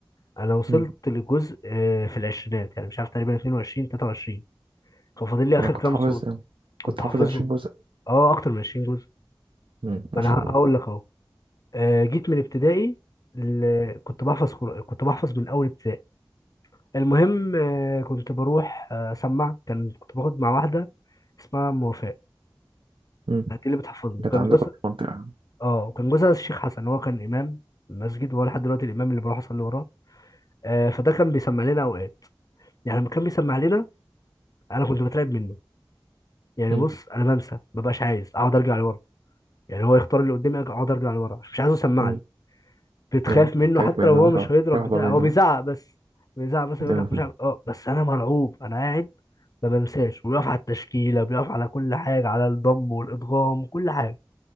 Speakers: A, on the left; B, on the right.
A: انا وصلت
B: امم
A: لجزء آه، في العشرينات يعني مش عارف تقريبا 22 23 كان فاضل لي
B: يعني
A: اخر
B: كنت
A: كام
B: حافظ
A: سورة
B: كنت
A: كنت
B: حافظ
A: حافظهم
B: 20 جزء
A: اه اكتر من 20 جزء
B: امم
A: ما
B: ما
A: انا
B: شاء الله
A: هقول لك اهو آه، جيت من ابتدائي ل- كنت بحفظ قر- كنت بحفظ من اول ابتدائي المهم آه، كنت بروح آه، اسمع كان كنت باخد مع واحده اسمها ام وفاء
B: امم
A: كانت اللي بتحفظني
B: كانت
A: كان
B: عندكم
A: جوزها
B: في المنطقة
A: اه كان جوزها الشيخ حسن هو كان امام المسجد وهو لحد دلوقتي الامام اللي بروح اصلي وراه آه، فده كان بيسمع لنا اوقات يعني لما كان بيسمع لنا انا كنت بترعب منه يعني
B: امم
A: بص انا بنسى مبقاش عايز اقعد ارجع لورا يعني هو يختار اللي قدامي اقعد ارجع لورا مش عايزه يسمع
B: امم
A: لي بتخاف
B: ايوه
A: منه
B: خايف
A: حتى
B: منه
A: لو هو مش
B: رهب-
A: هيضرب
B: رهبة
A: بتاع
B: منه
A: هو بيزعق بس بيزعق بس يقول
B: اه
A: لك مش عارف اه بس انا مرعوب انا قاعد ما بنساش وبيقف على التشكيله بيقف على كل حاجه على الضم والادغام كل حاجه